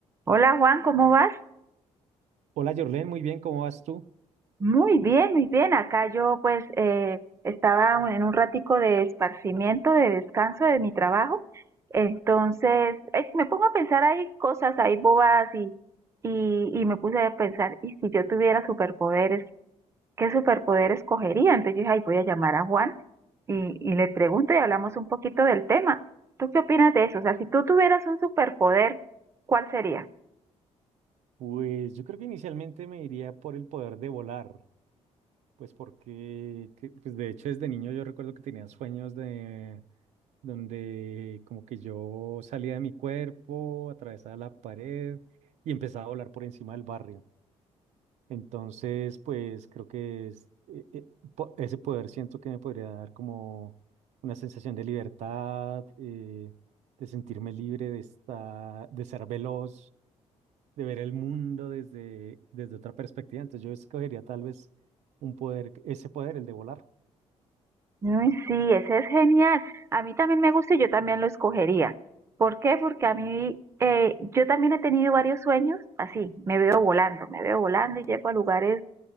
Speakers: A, on the right; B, on the right.
A: Hola Juan, ¿cómo vas?
B: Hola Jorlen, muy bien, ¿cómo vas tú?
A: Muy bien, muy bien. Acá yo pues eh, estaba en un ratico de esparcimiento, de descanso de mi trabajo. Entonces eh, me pongo a pensar ahí cosas, ahí bobadas y, y, y me puse a pensar, ¿y si yo tuviera superpoderes, qué superpoder escogería? Entonces yo dije, ay, voy a llamar a Juan y, y le pregunto y hablamos un poquito del tema. ¿Tú qué opinas de eso? O sea, si tú tuvieras un superpoder, ¿cuál sería?
B: Pues yo creo que inicialmente me iría por el poder de volar, pues porque, que- pues de hecho desde niño yo recuerdo que tenía sueños de donde como que yo salía de mi cuerpo, atravesaba la pared y empezaba a volar por encima del barrio. Entonces, pues creo que es- e- e- po- ese poder siento que me podría dar como una sensación de libertad, eh, de sentirme libre, de estar, de ser veloz de ver el mundo desde, desde otra perspectiva. Entonces yo escogería tal vez un poder, ese poder, el de volar.
A: Uy, sí, ese es genial. A mí también me gusta y yo también lo escogería. ¿Por qué? Porque a mí, eh, yo también he tenido varios sueños así, me veo volando, me veo volando y llego a lugares